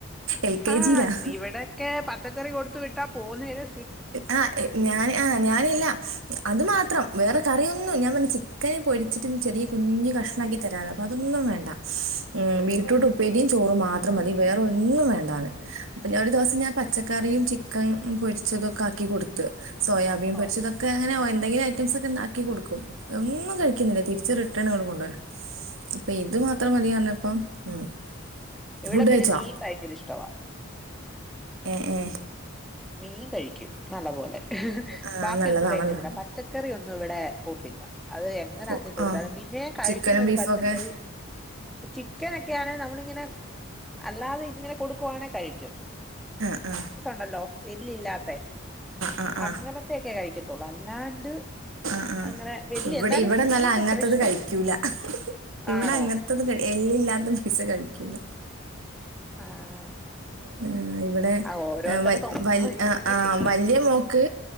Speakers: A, on the right; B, in the centre.
A: എൽ കെ
B: ആ
A: ജിയിലാണ്
B: ഇവിടൊക്കെ പച്ചക്കറി കൊടുത്തു വിട്ടാ പോവുന്ന വരെ
A: ആ ഞാന് ആ ഞാനില്ല അത് മാത്രം വേറെ കറിയൊന്നും ഞാൻ പറഞ്ഞി ചി ചിക്കനെ പൊരിച്ചിട്ട് ചെറിയ കുഞ്ഞു കഷ്ണാക്കി തരാ അപ്പൊ അതൊന്നും വേണ്ട ഉം ബീട്രൂട്ട് ഉപ്പേരി ചോറ് മാത്രം മതി വേറെ ഒന്നും വേണ്ടാന്ന് ഒരു ദിവസം ഞാൻ പച്ചക്കറിയും ചിക്കൻ പൊരി പച്ചതൊക്കെ ആക്കി കൊടുത്ത് സോയാബീൻ പൊരിച്ചതൊക്കെ
B: ഓഹ്
A: അങ്ങനെയ എന്തങ്കിലും ഐറ്റംസ് ഒക്കെ ക്കി കൊടുക്കും ഒന്നും കഴിക്കുന്നില്ലേ തിരിച്ച്ു റിട്ടേൺ ഇവിടെ കൊണ്ട വെര അപ്പൊ ഇത് മാത്രം മതിയഞ്ഞപ്പം ഉം
B: എവിടെ
A: ഫുഡ്
B: പിന്നെ
A: കഴിച്ചോ
B: മീൻ ഭയങ്കര ഇഷ്ടവാ
A: ഏ ഏ
B: മീൻ കഴിക്കും നല്ല പോലെ
A: ആ
B: ബാക്കിയൊന്നും
A: നല്ലതാണല്ലോ
B: കഴിക്കത്തില്ല പച്ചക്കറി ഒന്നും ഇവിടെ പൂത്തില്ല അത് എങ്ങനെ
A: ഓ, ആ
B: പിന്ന കഴിക്കുന്നത്
A: ചിക്കനും
B: ഒരു
A: ബീഫും
B: പച്ചക്കറി
A: ഒക്കെ
B: ചിക്കനൊക്കെയേൻ ഞമ്മൾ ഇങ്ങനെ അല്ലാതെ ഇങ്ങനെ കൊടുക്കുവാണങ്ക കഴിക്കും
A: ആ ആ
B: ണല്ലോ എല്ല് ഇല്ലാത്ത
A: ആഹ് ആഹ് ആഹ്
B: അങ്ങനത്തൊക്കെ കഴിക്കത്തുള്ളൂ അല്ലാണ്ട്
A: ആ ആ
B: അങ്ങനെ വല്യ
A: ഇവിടെ
B: എന്നാലും
A: ഇവിടെന്നല്ല
B: മീന്റെ
A: അങ്ങത്തത്
B: അത്ര ഇഷ്ടല്ല
A: കഴിക്കൂല ഇവിടെ
B: ആണോ
A: അങ്ങനത്തത് എല്ലു ഇല്ലാത്ത പീസ കഴിക്കല
B: ആഹ്
A: ഉം ആ ഇവിടെ
B: ആ ഓരോരുത്തടത്തും
A: വ
B: ഓരോ രീതിയിലേ
A: ആ ആ വല്ിയ മോൾക്